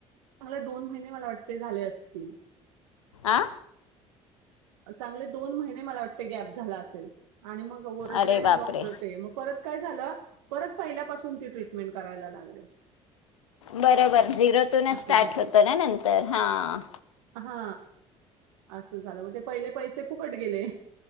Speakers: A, on the right; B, on the left.
A: चांगल्या दोन महिने मला वाटते झाले असतील.
B: आं
A: चांगले दोन महिने मला वाटते गॅप झाला असेल आणि मग ओरडले
B: अरे
A: ना
B: बापरे
A: डॉक्टर ते मग परत काय झाला परत पहिल्यापासून ती ट्रीटमेंट करायला लागले.
B: बरोबर झिरोतूनच
A: असं
B: स्टार्ट
A: झालं
B: होतं ना नंतर हां.
A: हा असं झालं मग ते पहिले पैसे फुकट गेले.